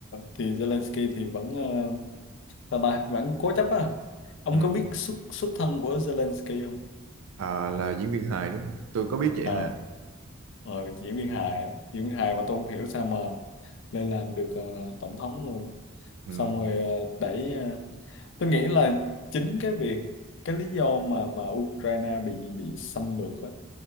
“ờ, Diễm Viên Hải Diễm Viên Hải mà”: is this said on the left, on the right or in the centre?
Left